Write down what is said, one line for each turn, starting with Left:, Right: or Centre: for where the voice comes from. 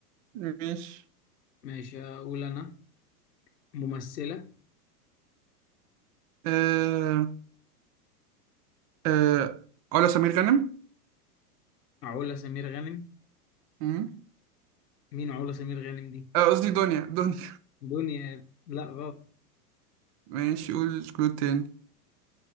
Right: ماشي
Left: ماشي اقول انا ممثلة
Right: آه آه علا سمير غانم
Left: علا سمير غانم
Right: مم.
Left: مين علا سمير غانم دي
Right: آه، قصدي دنيا دنيا
Left: دنيا لا غلط
Right: ماشي قول كلود تاني